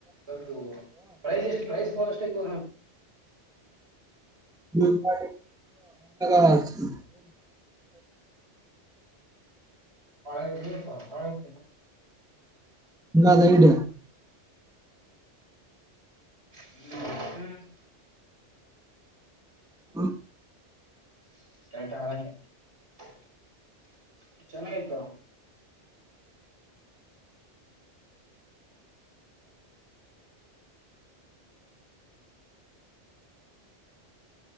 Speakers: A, on the right; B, in the centre.
A: ದೌದು ಪ್ರೈಸ್ ಎಷ್ಟ ಪ್ರೈಸ್ ಬಷ್ಟಗೋ <unintelligible>
B: ದ ಮಾಡ ಅಕ <inaudible>
A: ಬಾಳಪ್ಪ ಭಾಳ ಐತ <inaudible>
B: ಹಂಗದ ಇಡು
A: ಹ್ಮ್ ಹ್ಮ್
B: ಹ್ಮ <inaudible>
A: <unintelligible> ಚೆನ್ನಾಗಿತ್ತು <inaudible>